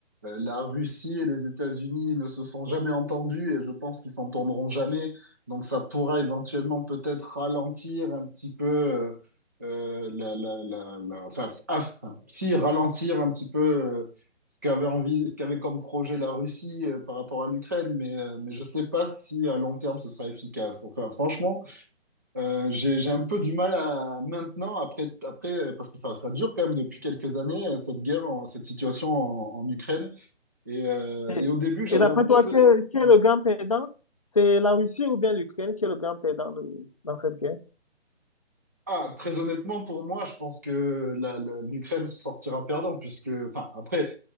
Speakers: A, on the right (about 15°); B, on the left (about 30°).
A: euh, la Russie et les États-Unis ne se sont jamais entendus et je pense qu'ils s'entendront jamais. Donc ça pourra éventuellement peut-être ralentir un petit peu, euh, euh, la, la, la, la- enfin, aff- si ralentir un petit peu euh, ce qu'avait envie, ce qu'avait comme projet la Russie euh, par rapport à l'Ukraine, mais, euh, mais je sais pas si à long terme ce sera efficace. Enfin, franchement. Euh, j'ai, j'ai un peu du mal à maintenant, après, après, euh, parce que ça, ça dure quand même depuis quelques années, euh, cette guerre, en- cette situation en, en Ukraine. Et, euh,
B: Et,
A: et au début, j'avais
B: et d'après
A: un petit
B: toi,
A: peu...
B: qui est, qui est
A: ouais.
B: le grand perdant? C'est la Russie ou bien l'Ukraine qui est le grand perdant de- dans cette guerre?
A: Ah, très honnêtement, pour moi, je pense que la- la- l'Ukraine sortira perdant, puisque, enfin, après,